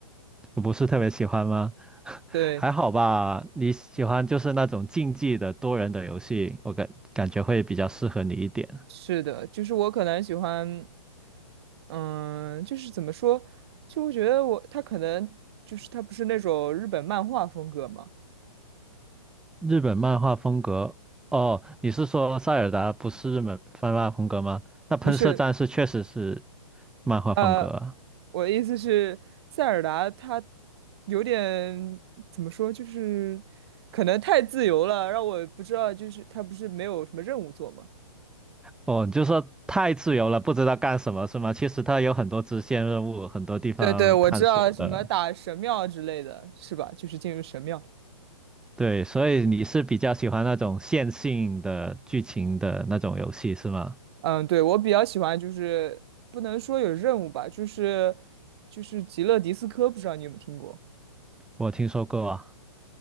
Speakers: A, in the centre; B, on the right.
A: 我不是特别喜欢吗？<laughs>
B: 对，
A: 还好吧，你喜欢就是那种竞技的多人的游戏，我感感觉会比较适合你一点。
B: 是的，就是我可能喜欢，嗯，就是怎么说，就我觉得我他可能就是他不是那种日本漫画风格嘛，
A: 日本漫画风格，哦，你是说塞尔达不是日本漫画风格吗？那喷射战士确实是
B: 不是，
A: 漫画风格啊
B: 呃，我的意思是塞尔达他有点怎么说，就是可能太自由了，让我不知道，就是他不是没有什么任务做吗？
A: 哦，你就说太自由了，不知道干什么是吗？其实它有很多支线任务，很多地方探索的。
B: 对对，我知道什么打神庙之类的，是吧？就是进入神庙。
A: 对，所以你是比较喜欢那种线性的剧情的那种游戏是吗？
B: 嗯，对，我比较喜欢，就是不能说有任务吧，就是就是极乐迪斯科，不知道你有没有听过？
A: 我听说过啊，